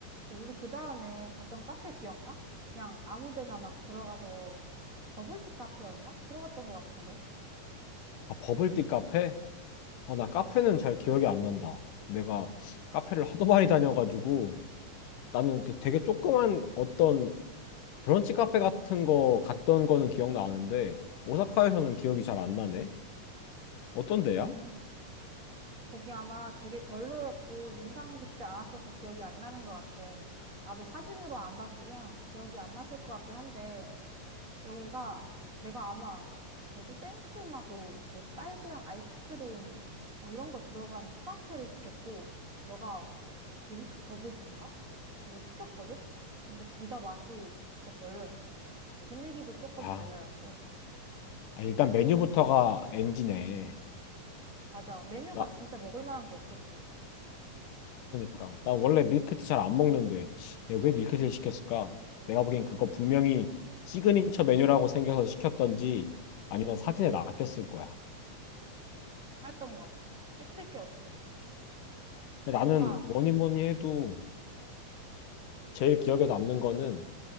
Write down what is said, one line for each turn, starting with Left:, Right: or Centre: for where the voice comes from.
Right: 이제 우리 그 다음에 갔던 카페 기억나? 그냥 아무 데나 막 들어가서 버블티 카페였나? 들어갔던 것 같은데.
Left: 아, 버블티 카페? 어, 나 카페는 잘 기억이 안 난다. 내가 카페를 하도 많이 다녀가지고 나는 그 되게 조그만 어떤 브런치 카페 같은 거 갔던 거는 기억나는데 오사카에서는 기억이 잘 안 나네. 어떤 데야?
Right: 음, 거기 아마 되게 별로였고 인상 깊지 않았어서 기억이 안 나는 것 같아. 나도 사진으로 안 봤으면 기억이 안 났을 것 같긴 한데 여기가 내가 아마 뭐지? 생크림하고 뭐 딸기랑 아이스크림 뭐 이런 거 들어간 프라페를 시켰고 너가 밀크 버블티인가? 뭘 시켰거든? 근데 둘 다 맛이 진짜 별로였어. 분위기도 조금
Left: 아,
Right: 별로였고.
Left: 아, 일단 메뉴부터가
Right: 그래서,
Left: NG네.
Right: 맞아. 메뉴가
Left: 나,
Right: 진짜 먹을 만한 게 없었어.
Left: 그러니까. 나 원래 밀크티 잘 안 먹는데, 내가 왜 밀크티를 시켰을까? 내가 보기엔 그거 분명히 시그니처 메뉴라고 생겨서 시켰던지, 아니면 사진에 낚였을 거야.
Right: 그랬던 것 같아. 시킬 게 없었어.
Left: 근데
Right: 근데
Left: 나는
Right: 뭔가,
Left: 뭐니 뭐니 해도 제일 기억에 남는 거는